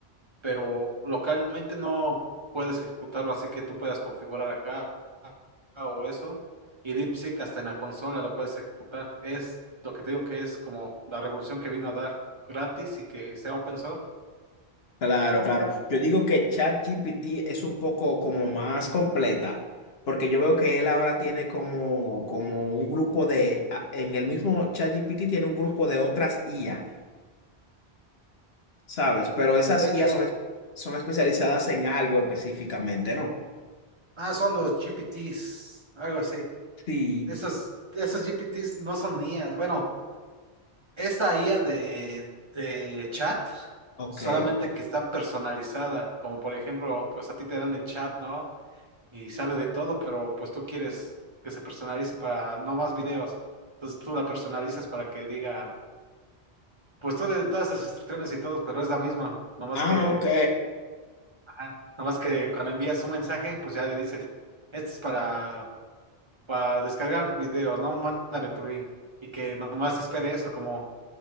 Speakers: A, on the right; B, on the left.
A: pero localmente no puedes ejecutarlo así que tú puedas configurar acá o eso. Y DeepSeek hasta en la consola lo puedes ejecutar. Es lo que te digo que es como la revolución que vino a dar gratis y que sea open source.
B: Claro, claro. Yo digo que ChatGPT es un poco como más completa, porque yo veo que él ahora tiene como, como un grupo de, a- en el mismo ChatGPT tiene un grupo de otras IA, ¿sabes? Pero esas
A: De hecho,
B: IA son, es- son especializadas en algo específicamente, ¿no?
A: ah, son los GPTs, algo así.
B: Sí,
A: Esos, esos GPTs no son IAs. Bueno, es la IA de, de chat,
B: ok.
A: solamente que está personalizada. Como por ejemplo, pues a ti te dan el chat, ¿no? y sabe de todo, pero pues tú quieres que se personalice para no más videos. Entonces tú la personalizas para que diga, pues tú le das todas las instrucciones y todo, pero es la misma. Nomás
B: Ah,
A: que,
B: ok.
A: ajá, nomás que cuando envías un mensaje, pues ya le dices, esto es para, para descargar videos, ¿no? Mándame tu link. Y que nomás espere eso, como,